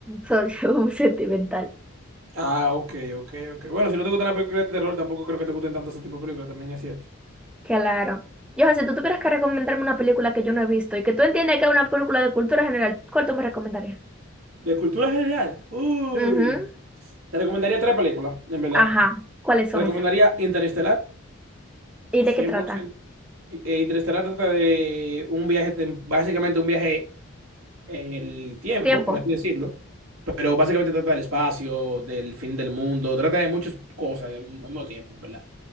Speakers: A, in the centre; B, on the right (about 80°).
A: soy <laughs> un sentimental.
B: Ah, ok, ok, ok. Bueno, si no te gustan las películas de terror, tampoco creo que te gusten tanto ese tipo de películas, también es cierto.
A: Claro. Yo, si tú tuvieras que recomendarme una película que yo no he visto y que tú entiendes que es una película de cultura general, ¿cuál tú me recomendarías?
B: De cultura general, uy.
A: Ujú.
B: Te recomendaría tres películas, en verdad.
A: Ajá. ¿Cuáles
B: Te
A: son
B: recomendaría
A: esas?
B: Interestelar,
A: ¿Y
B: 100%.
A: de qué trata?
B: Eh, Interestelar trata de un viaje, tem- básicamente un viaje en el tiempo,
A: Tiempo.
B: por así decirlo, pero básicamente trata del espacio, del fin del mundo, trata de muchas cosas al mismo tiempo, en ¿verdad?